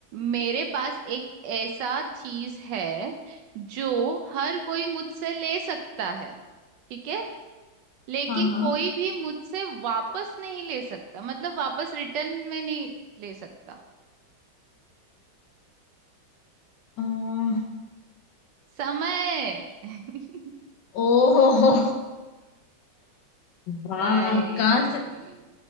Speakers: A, on the right; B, on the left.
A: मेरे पास एक ऐसा चीज है जो हर कोई मुझसे ले सकता है ठीक है लेकिन
B: हाँ हाँ
A: कोई भी मुझसे वापस नहीं ले सकता मतलब वापस रिटर्न में नहीं ले सकता
B: अह,
A: समय <laughs>
B: ओहो वाह
A: भाई
B: कहाँ से